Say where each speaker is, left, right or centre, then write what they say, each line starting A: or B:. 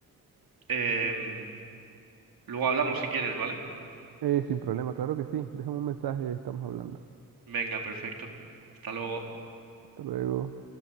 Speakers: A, on the right; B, on the right.
A: Em, Luego hablamos si quieres, ¿vale?
B: Eh, sin problema, claro que sí. Déjame un mensaje, estamos hablando.
A: Venga, perfecto. Hasta luego.
B: Hasta luego.